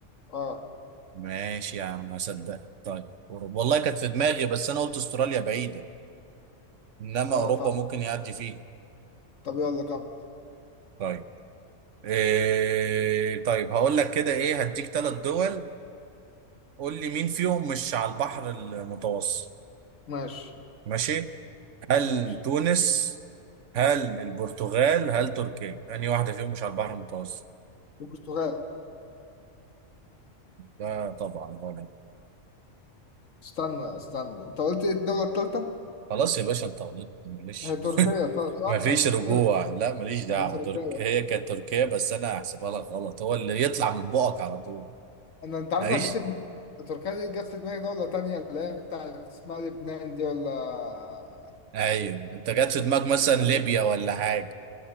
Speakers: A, on the left; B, on the right.
A: أه
B: ماشي يا عم هصدق طيب اوروبا والله كانت في دماغي بس انا قلت استراليا بعيده انما
A: أيوة
B: اوروبا
A: فاهم
B: ممكن يعدي فيه
A: طب يلا كمل
B: طيب إيه طيب هقول لك كده ايه هديك ثلاث دول قول لي مين فيهم مش على البحر المتوسط
A: ماشي
B: ماشي هل
A: ماشي
B: تونس هل البرتغال هل تركيا انهي واحده فيهم مش على البحر المتوسط
A: البرتغال
B: لا طبعا غلط
A: استنى استنى أنت قلت إيه الدولة التالتة؟
B: خلاص يا باشا انت غلطت معلش
A: هي تركيا طبعا، صح؟
B: ما فيش
A: هي تركيا
B: رجوع لا ماليش دعوة
A: هي تركيا
B: ترك... هي كانت تركيا بس انا هحسبها لك غلط هو اللي يطلع من بقك على طول
A: انا انت عارف
B: ماليش
A: جه في دماغي تركيا دي جت في دماغي دولة تانية اللي هي بتاعت اسمها لبنان دي ولا
B: ايوه انت جات في
A: ولا
B: دماغك مثلا ليبيا
A: أجل.
B: ولا حاجة